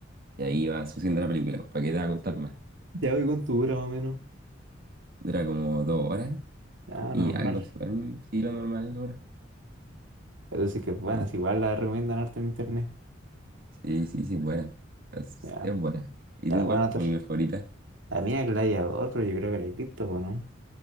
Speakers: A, on the right; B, on the right.
A: Y ahí va sucediendo la película, ¿para qué te va a contar más?
B: Ya voy con tu dura más o menos.
A: Dura como dos horas
B: Ah,
A: y
B: no, normal.
A: algo, así, para mí sí lo normal dura.
B: Entonces que bueno,
A: Sí,
B: si igual la recomiendan harto en internet.
A: sí, sí, sí, es buena. Es,
B: Ya,
A: es buena. ¿Y
B: ya
A: tú
B: la voy
A: cuál
B: a anotar.
A: es tu película favorita?
B: La mía Gladiador, pero yo creo que la he visto, po, ¿no?